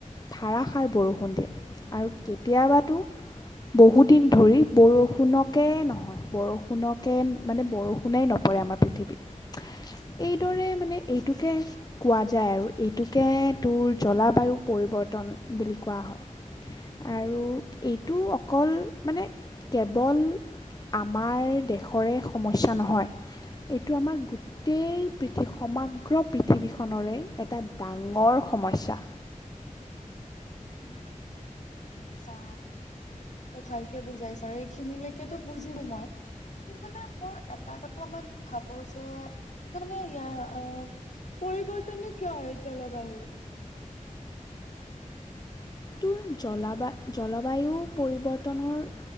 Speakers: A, on the left; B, on the left.
A: ধাৰাসাৰ বৰষুণ দিয়ে। আৰু কেতিয়াবাতো বহুদিন ধৰি বৰষুণকেই নহয়। বৰষুণকে মানে বৰষুণেই নপৰে আমাৰ পৃথিৱীত। এইদৰে মানে এইটোকে কোৱা যায় আৰু এইটোকে তোৰ জলবায়ু পৰিৱৰ্তন বুলি কোৱা হয়। আৰু এইটো অকল মানে কেৱল আমাৰ দেশৰে সমস্যা নহয়, এইটো আমাৰ গোটেই পৃথি সমগ্ৰ পৃথিৱীখনৰে এটা ডাঙৰ সমস্যা।
B: উম আচ্ছা। ভালকে বুজাইছা আৰু এইখিনিলৈকেতো বুজিলু মই। কিন্তু মানে মোৰ এটা কথা মই ভাবো যে তাৰ মানে ইয়াৰ অ পৰিৱৰ্তনটো কিয় হয় জলবায়ুৰ? <unintelligible>
A: তোৰ জলবায়-জলবায়ু পৰিৱৰ্তনৰ